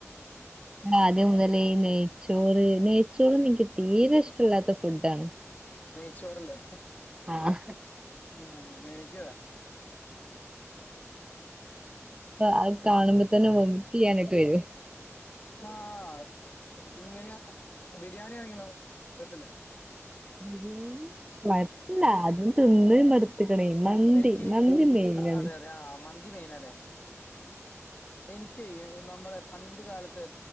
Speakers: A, on the right (about 15°); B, on the left (about 30°).
A: ആദ്യം മുതൽ നെയ് നെയ്ച്ചോറ് നെയ്ച്ചോറ് എനിക്ക് തീരെ ഇഷ്ടല്ലാത്ത ഫുഡാണ്
B: നെയ്ച്ചോറല്ലേ
A: ആഹ്
B: ഉം എനിക്കുമതെ
A: അത് കാണുമ്പോ തന്നെ ഓമിറ്റെയാനൊക്കെ വരൂം
B: ആഹ് ആഹ് ഇങ്ങനെയാ ബിരിയാണി ആണെങ്കിലോ സെറ്റല്ലേ
A: ബിരിയാണി മല്ല അത് തിന്ന് മടുത്തേക്കണേ മന്തി
B: എനിക്ക്
A: മന്തി മേയിനാണ്
B: അതെ അതെ ആഹ് മന്തി മെയ്നാല്ലേ എനിക്ക് നമ്മുടെ പണ്ട് കാലത്ത്